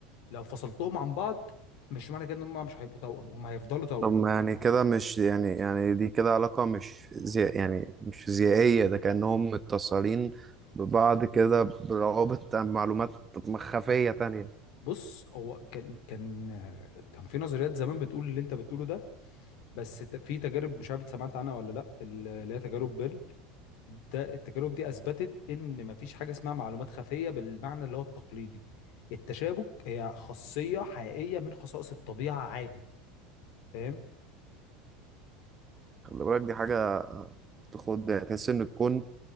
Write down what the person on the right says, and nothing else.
طب ما يعني كده مش يعني يعني دي كده علاقة مش زي يعني مش فيزيائية ده كأنهم متصلين ببعض كده بروابط معلومات مخفية تانية
خلي بالك دي حاجة تخد تحس إن الكون